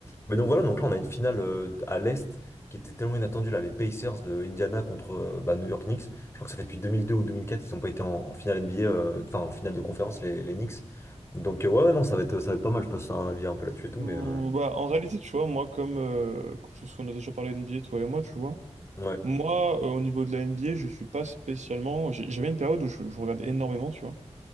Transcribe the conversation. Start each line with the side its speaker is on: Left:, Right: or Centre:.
Left: Mais donc voilà, donc là, on a une finale euh, à l'Est qui était tellement inattendue, là, les Pacers de Indiana contre euh, bah, New York Knicks. Je crois que ça fait depuis 2002 ou 2004, ils n'ont pas été en, en finale NBA, euh, enfin en finale de conférence, les, les Knicks. Donc euh, ouais, ouais, non, ça va être, ça va être pas mal, je passe un avis un peu là-dessus et tout,
Right: ou-
Left: mais euh,
Right: bah, en réalité, tu vois, moi, comme, euh, comme c'est ce qu'on a déjà parlé NBA, toi et moi, tu vois,
Left: ouais.
Right: moi, euh, au niveau de la NBA, je suis pas spécialement. j'ai- J'avais une période où je, je regardais énormément, tu vois.